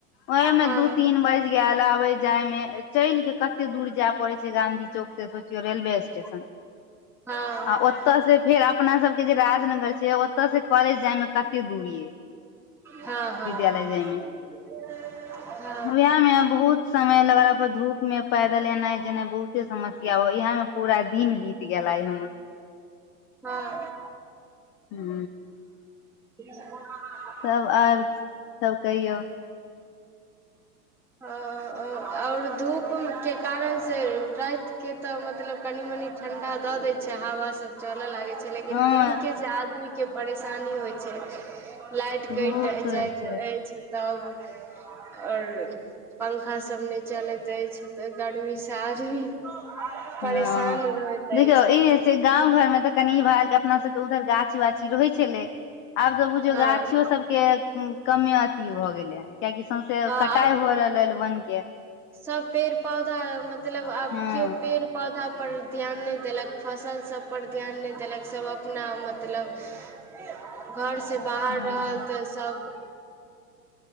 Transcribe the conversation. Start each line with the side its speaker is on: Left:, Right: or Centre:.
Left: ओइ में
Centre: हँ
Left: दू तीन बाइज गेल अबै जाय में चैल केँ कते दूर जै पड़ै छै गांधी चौक से सोचियौ रेलवे स्टेशन
Centre: <inaudible> हँ
Left: आ ओत से फेर अपना सब केँ जे राजनगर छै ओतऽ से कॉलेज जाय म कते दूर ये <inaudible>
Centre: हँ हँ
Left: विद्यालय जाय मे
Centre: <unintelligible>
Left: वैह में ए बहुत समय लगलाा पर धूप में पैदल एनाय जेनाय बहुते समस्या हो इहा में पूरा दिन बीत गेला हमर
Centre: हँ
Left: हू
Centre: <inaudible>
Left: तब आर सब कहियौ
Centre: आओर धूप के कारन से राति के त मतलब कनी मनी ठंढ़ा द दै छै हवा सब चलऽ लागै छै लेकिन
Left: हँ
Centre: दिनके जे आदमी के परेशानी होइ छै लाइट कटि
Left: बहुत होइ
Centre: जाइत
Left: छै
Centre: अछि तब आओर पंखा सभ नहि चलैत अछि तऽ गर्मी स आदमी परेशान
Left: हँ
Centre: होइत
Left: देखियौ
Centre: ऐछ
Left: ई गाँंव घर मे तऽ कनि इ भेल के अपना सब के उधर गाछी- वाछी रहै छलै आब तऽ बुझियौ
Centre: हँ
Left: गाछियो सब के कमे अथी भ गेले हे कियाकि सौंसे
Centre: हँ
Left: कटाई
Centre: आब
Left: भऽ रहल हे वन के
Centre: सब पेड़ पौधा मतलब आब
Left: हँ
Centre: केओ पेड़ पौधा पर ध्यान नहि देलक फसल सभ पर ध्यान नहि देलक सभ अपना मतलब घरसँ बाहर
Left: हँ
Centre: रहल तऽ सभ